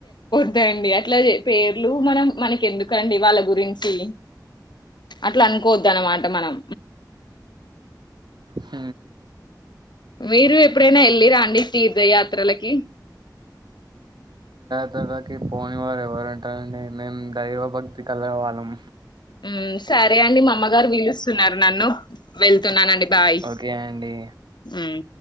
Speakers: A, on the left (about 80°); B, on the right (about 80°).
A: దండి అట్ల అదేండి అట్లా పేర్లు మనం మనకి ఎందుకండి వాళ్ళ గురించి అట్లా అనుకోవద్దనమాట మనం
B: హ్మ్
A: మీరు ఎప్పుడైనా వెళ్ళిరా అండి తీర్థ యాత్ త్రలకి
B: యాత్రలకి పోని వారు ఎవరు ఉంటారండి మేము దైవ భక్తి కలవాళ్ళం
A: మ్మ్ సరే అండి మా అమ్మగారు విలుస్తున్నారు నన్ను వెళ్తున్నానండి బాయ్
B: ఓకే అండి
A: ఉమ్.